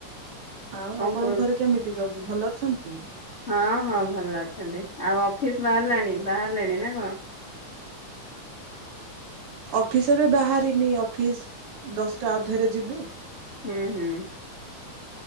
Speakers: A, on the right; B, on the left.
A: ଆଉ
B: କଣ
A: ଆପଣଙ୍କ
B: କରୁ
A: ଘରେ କେମିଟି ସବୁ ଭଲ ଅଛନ୍ତି?
B: ହଁ ହଁ ଭଲ ଅଛନ୍ତି। ଆଉ ଅଫିସ୍ ବାହାରିଲାଣି ବାହାରିଲେଣି ନା କଣ?
A: ଅଫିସ ଏବେ ବାହାରିନି ଅଫିସ ଦଶଟା ଅଧରେ ଯିବି।
B: ହୁଁ, ହୁଁ।